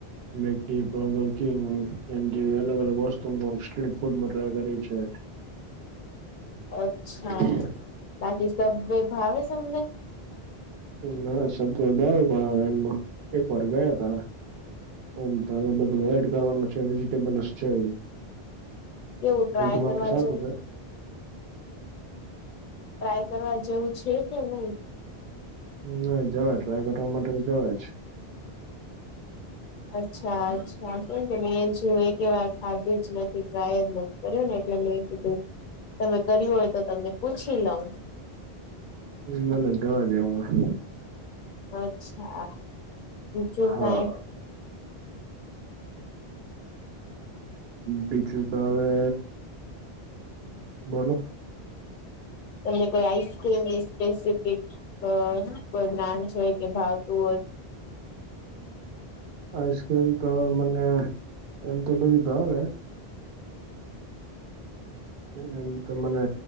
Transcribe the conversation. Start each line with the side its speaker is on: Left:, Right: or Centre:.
Right: મેકડી, બર્ગર કિંગ, અલગ અલગ વસ્તુ. તે સ્ટ્રીટ ફૂડ ટ્રેડ કરે છે.
Left: અચ્છા,
Right: ના
Left: બાકી સૌ બે ભાવે તમને?
Right: હ, શબ્દ પણ આવે. એનામાં એક વાર ગયા હતા. એમ તો બધું એડ કરવાનું છે. વેજીટેબલસ છે.
Left: કેવું ટ્રાય
Right: એ તો માટે
Left: કરવા
Right: સૂપ
Left: જેવું
Right: છે.
Left: ટ્રાય કરવા જેવું છે કે નહીં?
Right: ના, જવા ટ્રાય કરવા માટે તો જવાય જ.
Left: અચ્છા, અચ્છા. કે મેં જેવું એક એવાર ખાધું જ નથી, ટ્રાય જ નથી. કર્યું ને, એટલે મેં કીધું, તમે કર્યું હોય તો તમને પૂછી લઉં.
Right: ના, ના. જવા જાવ હે.
Left: અચ્છા, ઓછો
Right: હા
Left: કંઈ.
Right: બીજું તો હવે બોલો.
Left: તમને કોઈ આઈસક્રીમની સ્પેસિફિક કોઈ બ્રાન્ડ હોય કે ભાવતું હોય?
Right: આઈસ્ક્રીમ તો મને એમ તો બધી ભાવે. એમ તો મને